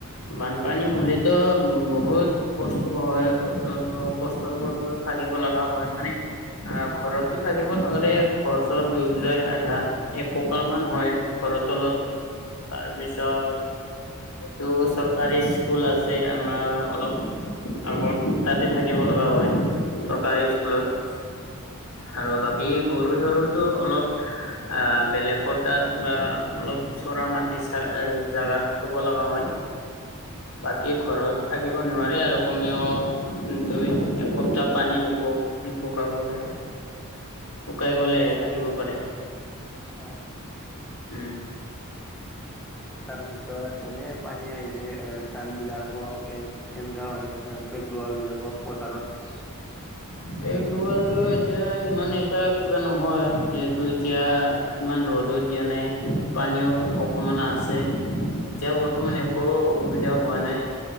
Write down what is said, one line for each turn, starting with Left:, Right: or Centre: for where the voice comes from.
Left: বানপানী হ'লেতো বহুত- কষ্ট হয় কত কষ্টৰ ফলত থাকিব লগা হয় মানে- আহ ঘৰতো থাকিব নোৱাৰে ঘৰ চৰ ডুব যায় আধা। এক কাল মান হয় ঘৰ তলত তাৰ পিছত- টো চৰকাৰী স্কুল আছে আমাৰ অলপ- আগত তাতে থাকিব লগা হয় চৰকাৰী স্কুলত। আৰু বাকী গৰু জৰুতো অলপ- আহ বেলেকৰ তাত বা অলপ চৰা মাটি চা জাগাত থব লগা হয়। বাকী
Centre: অ'
Left: ঘৰত থাকিব নোৱাৰি আৰু কমেও দুই একসপ্তাহ পানী নুসো- নু শুকাব লাগে শুকাই গলেহে থাকিব পাৰি।
Centre: অ'
Left: উম'।
Centre: তাৰপিছত এনে পানী আহিলে এ ধানবিলাকক এই- কেনেকা হয় পেক ৰুৱাৰ বিলাকক পথাৰত।
Left: পেগ ৰোৱাটো এতিয়া ইমান এটা কিবা নহয় যিহেতু এতিয়া- ইমান ৰ'দত দিয়া নাই পানীও অকমান আছে- এতিয়া বৰ্তমান একো অসুবিধা হোৱা নাই